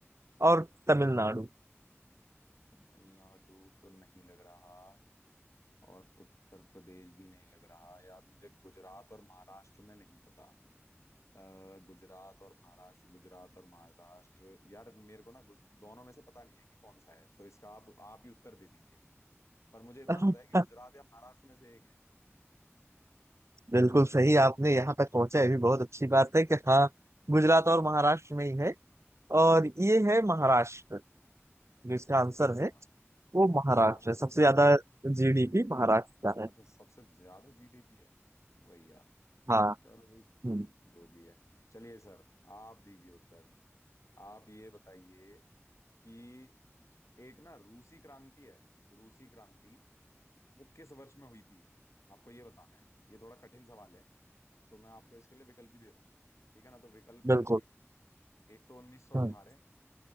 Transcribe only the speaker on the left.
तमिलनाडु तो नहीं लग रहा और उत्तर प्रदेश भी नहीं लग रहा यार मुझे गुजरात और महाराष्ट्र में नहीं पता अ, गुजरात और महाराष्ट्र गुजरात और महाराष्ट्र यार मेरे को ना गु- दोनों में से पता नहीं है कि कौन सा है तो इसका आप आप ही उत्तर दे दीजिए पर मुझे इतना
पता है कि गुजरात या महाराष्ट्र में से एक है
अच्छा
हाँ हाँ
अच्छा सबसे ज्यादा जीडीपी है भैया
चलो भाई
जो भी है चलिए सर आप दीजिए उत्तर आप ये बताइए कि एक ना रूसी क्रांति है रूसी क्रांति वो किस वर्ष में हुई थी आपको ये बताना है ये थोड़ा कठिन सवाल है तो मैं आपको इसके लिए विकल्प भी दे रहा हूँ ठीक है ना तो विकल्प सुनिए
एक तो 1918